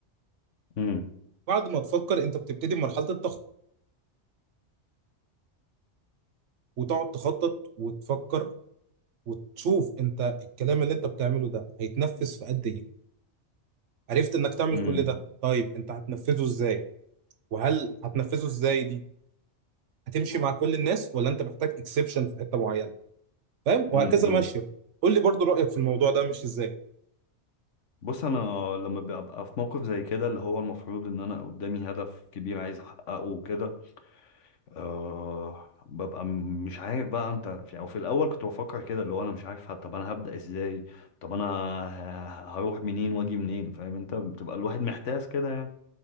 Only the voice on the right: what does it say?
بعد ما تفكر انت بتبتدي مرحله التخطيط وتقعد تخطط وتفكر وتشوف انت الكلام اللي انت بتعمله ده هيتنفذ في قد ايه عرفت انك تعمل
كل ده طيب انت هتنفذه ازاي وهل هتنفذه ازاي دي هتمشي مع كل الناس ولا انت محتاج اكسبشن في حته معينه فاهم وهكذا
ماشيه قول لي برضو رايك في الموضوع ده مش ازاي